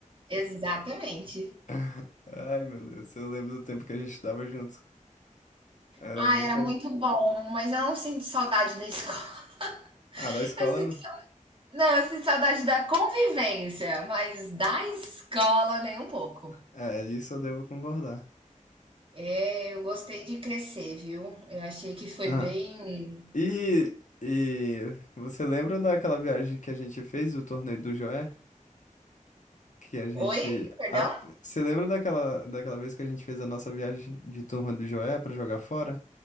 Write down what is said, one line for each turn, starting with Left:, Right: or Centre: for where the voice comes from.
Right: Exatamente.
Left: <laughs> Ai, meu Deus, eu lembro do tempo que a gente estava junto. Era
Right: Ah,
Left: muita.
Right: era muito bom, mas eu não sinto saudade da escola.
Left: Ah,
Right: <laughs>
Left: da escola,
Right: Eu sinto
Left: né?
Right: Não, eu sinto saudade da convivência, mas da escola nem um pouco.
Left: É, disso eu devo concordar.
Right: É, eu gostei de crescer, viu? Eu achei que foi
Left: Ah.
Right: bem.
Left: E, e você lembra daquela viagem que a gente fez, o torneio do Joé? que a gente.
Right: Oi? Perdão?
Left: a- Você lembra daquela, daquela vez que a gente fez a nossa viagem de turma do Joé pra jogar fora?